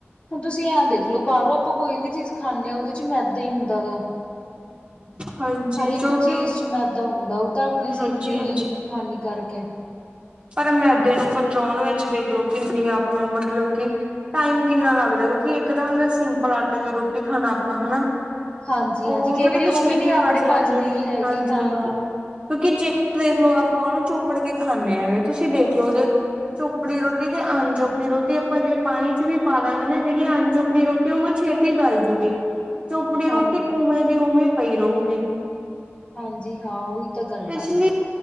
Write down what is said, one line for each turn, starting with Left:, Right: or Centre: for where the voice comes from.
Left: ਹੁਣ ਤੁਸੀਂ ਐ ਦੇਖ ਲੋ ਬਾਹਰੋਂ ਆਪਾਂ ਕੋਈ ਵੀ ਚੀਜ਼ ਖਾਂਦੇ ਹਾਂ, ਉਹਦੇ ਚ ਮੈਦਾ ਹੀ ਹੁੰਦਾ ਗਾ
Right: ਹਾਂਜੀ
Left: ਹਰ ਇੱਕ
Right: ਜੋ
Left: ਚੀਜ਼
Right: ਕਿ
Left: ਚ ਮੈਦਾ ਹੁੰਦਾ, ਉਹ ਤਾਂ ਆਪਣੀ ਸਿਹਤ
Right: ਹਾਂਜੀ
Left: ਲਈ ਉਹੀ
Right: ਹਾਂਜੀ
Left: ਹਾਨੀਕਾਰਕ ਐ।
Right: ਪਰ ਮੈਦੇ ਨੂੰ ਪਹੁੰਚਾਉਣ ਵਿੱਚ ਦੇਖਲੋ ਕਿੰਨੀ ਆਪਾਂ ਮਤਲਬ ਕਿ ਟਾਈਮ ਕਿੰਨਾ ਲੱਗਦਾ ਕਿਉਂਕਿ ਇੱਕਦਮ ਸਿੰਪਲ ਆਟੇ ਦੀ ਰੋਟੀ ਖਾਣਾ ਆਪਾਂ ਹਨਾ
Left: ਹਾਂਜੀ
Right: ਉਹ
Left: ਹਾਂਜੀ ਕਈ
Right: ਮਤਲਬ
Left: ਵਾਰੀ
Right: ਕਿ ਛੇਤੀ
Left: ਉਹ ਵੀ ਨੀ ਆਪਣੇ
Right: ਪਾਚ ਜਾਂਦੀ
Left: ਪਚਦੀ
Right: ਆ।
Left: ਹੈਗੀ
Right: ਹਾਂਜੀ
Left: ਹਾਂ
Right: ਹਾਂਜੀ ਕਿਉਂਕਿ ਜੇ ਦੇਖਲੋ ਆਪਾਂ ਉਹਨੂੰ ਚੁੱਪੜ ਕੇ ਖਾਂਦੇ ਆਂਗੇ ਤੁਸੀਂ ਦੇਖਲੋ ਉਹਦੇ ਚੋਪੜੀ ਰੋਟੀ ਤੇ ਅੰਨ ਚੋਪੀ ਰੋਟੀ ਆਪਾਂ ਜੇ ਪਾਣੀ ਚ ਵੀ ਪਾ ਦਾਂਗੇ ਨਾ ਜਿਹੜੀ ਅੰਨ ਚੋਪੀ ਰੋਟੀ ਤੇਊ ਛੇਤੀ ਗੱਲ ਜੂਗੀ ਚੋਪੜੀ
Left: ਹਾਂ
Right: ਰੋਟੀ ਉਵੇਂ ਦੀ ਉਵੇਂ ਪਈ ਰਹੇਗੀ
Left: ਹਾਂਜੀ ਹਾਂ ਉਹੀ ਤਾਂ ਗੱਲ
Right: ਇਸ
Left: ਆ।
Right: ਲਈ